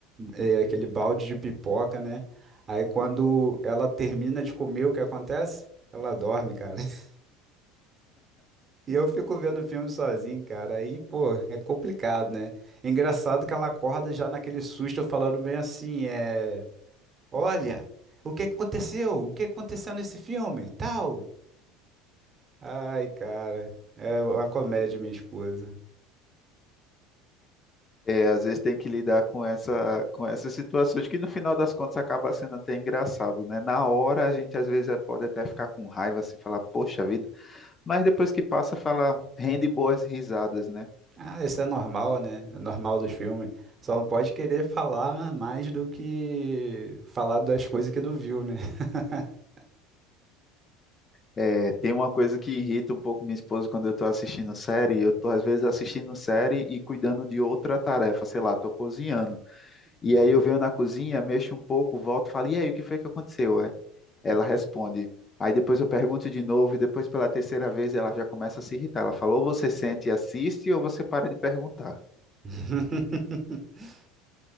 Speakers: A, on the right; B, on the left.
A: eh, aquele balde de pipoca, né? Aí quando ela termina de comer, o que acontece? Ela dorme, cara. <laughs> E eu fico vendo filme sozinho, cara. Aí, pô, é complicado, né? Engraçado que ela acorda já naquele susto falando bem assim, é, olha, o que aconteceu? O que aconteceu nesse filme? Tal. Ai, cara, é uma comédia, minha esposa.
B: É, às vezes tem que lidar com essa, com essas situações que no final das contas acaba sendo até engraçado, né? Na hora a gente às vezes eh, pode até ficar com raiva, assim, falar, poxa vida, mas depois que passa, fala, rende boas risadas, né?
A: Ah, isso é normal, né? É normal dos filmes. Só não pode querer falar mais do que falar das coisas que não viu, né? <laughs>
B: É, tem uma coisa que irrita um pouco minha esposa quando eu estou assistindo série. Eu estou, às vezes, assistindo série e cuidando de outra tarefa, sei lá, estou cozinhando. E
A: Uhum.
B: aí eu venho na cozinha, mexo um pouco, volto e falo, e aí, o que foi que aconteceu? é? Ela responde. Aí depois eu pergunto de novo, e depois pela terceira vez ela já começa a se irritar. Ela falou, ou você sente e assiste, ou você para de perguntar.
A: <laughs>